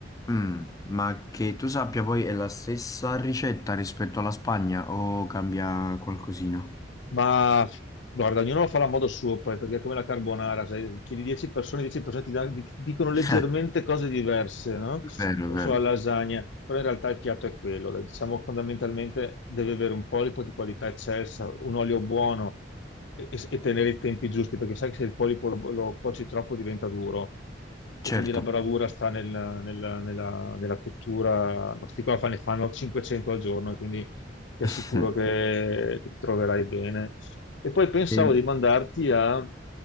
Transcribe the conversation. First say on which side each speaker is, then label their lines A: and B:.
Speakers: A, on the left; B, on the left.
A: mm, ma che tu sappia poi è la stessa ricetta rispetto alla Spagna o cambia qualcosina?
B: Ma guarda, ognuno lo farà a modo suo poi, perché è come la carbonara, se chiedi 10 persone, 10 persone ti, dan- ti- ti dicono leggermente
A: <laughs>
B: cose diverse, no?
A: Vero,
B: O
A: è vero,
B: sulla lasagna, però in realtà il piatto è quello, dai. diciamo fondamentalmente deve avere un polipo di qualità eccelsa, un olio buono e, e- e tenere i tempi giusti, perché sai che se il polipo lo, lo cuoci troppo diventa duro
A: certo.
B: e quindi la bravura sta nel- nella, nella- nella cottura, ma questi qua fa- ne fanno 500 al giorno, e quindi ti
A: <laughs>
B: assicuro che, che ti troverai bene. E poi pensavo
A: E-
B: di mandarti a